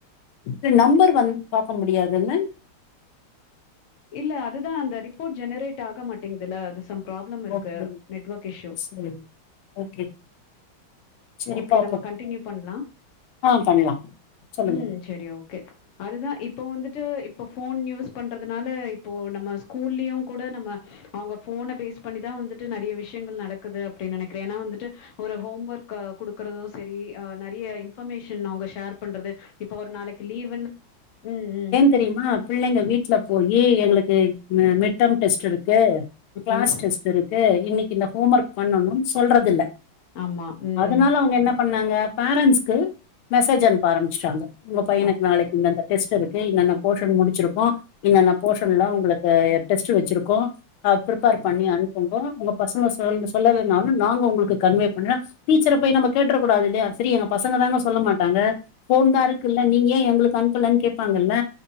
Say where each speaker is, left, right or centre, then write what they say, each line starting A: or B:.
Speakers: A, on the left; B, on the left.
A: இ நம்பர் வந்து பாக்க முடியாது என்ன
B: இல்ல அதுதான் அந்த ரிப்போர்ட் ஜெனரேட் ஆக மாட்டேங்குதுல அது ப்ராப்ளம் இருக்கு
A: ஓகே
B: நெட்ஒர்க் இஷ்யூ
A: சரி ஓகே சரி
B: ஓகே
A: பார்ப்போம்
B: நம்ம கண்டினியூ பண்லா
A: ஆ பண்ணலாம் சொல்லுங்க
B: ம் செரி ஓகே அதுதான் இப்ப வந்துட்டு இப்ப போன் யூஸ் பண்றது அதனால இப்போ நம்ம ஸ்கூல்லயும் கூட நம்ம அவங்க ஃபோன பேஸ் பண்ணிதான் வந்துட்டு நெறைய விஷயங்கள் நடக்குது அப்டின்னு நெனைக்கிறேன் ஏனா வந்துட்டு ஒரு ஹோம் ஒர்க் குடுக்குறதும் செரி ஆஹ் நிறைய இன்பர்மேஷன் அவங்க ஷேர் பண்றது இப்போ ஒரு நாளைக்கு லீவு்ன்னு ம் ம்
A: தெரிமா பிள்ளைங்க வீட்டுல போயி எங்களுக்கு மிட் டம் டெஸ்ட் இருக்கு கிளாஸ்
B: ம்.
A: டெஸ்ட் இருக்கு இன்னைக்கு இந்த ஹோம் ஒர்க் பண்ணணும்னு சொல்றது இல்ல
B: ஆமா. ம்.
A: அதனால அவங்க என்ன பண்ணாங்க பேரன்ட்ஸ்க்கு மெசேஜ் அனுப்ப ஆரம்ச்சுட்ங்க உங்க பையனுக்கு
B: ஆ.
A: நாளைக்கு இந்த அந்த டெஸ்ட் இருக்கு இன்னன்ன போர்ஷன் முடிச்சுருக்கோம் இன்னென்ன போர்ஷன் எல்லாம் உங்களுக்கு டெஸ்ட்ட் வச்சுருக்கோ அஹ் ப்ரிப்பேர் பண்ணி அனுப்புங்க உங்க பசங்க சொ சொல்லனாலு நாங்க உங்களுக்கு கன்வே பண்ண டீச்சர போய் நம்ம கேட்டுறக் கூடாது இல்லயா சரிாங்க பசங்க தாங்க சொல்ல மாட்டாங்க போன தா இருக்கு இருகுல்ல நீங்க ஏ எங்களுக்கு அனுப்பலனு கேப்பாங்கல்ல